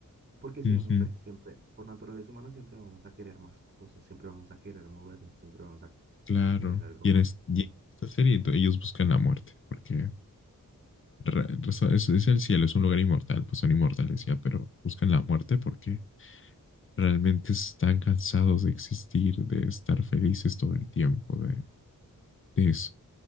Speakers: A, on the right; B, on the left.
A: porque siempre,
B: ujú,
A: siempre, por naturaleza humana, siempre vamos a querer más cosas, siempre vamos a querer movernos, siempre vamos a
B: claro.
A: querer algo
B: Y
A: más.
B: en, es- y en esta serie ento- ellos buscan la muerte, porque ra- raza- es, es el cielo, es un lugar inmortal, pues son inmortales ya, pero buscan la muerte porque realmente están cansados de existir, de estar felices todo el tiempo, de, de eso.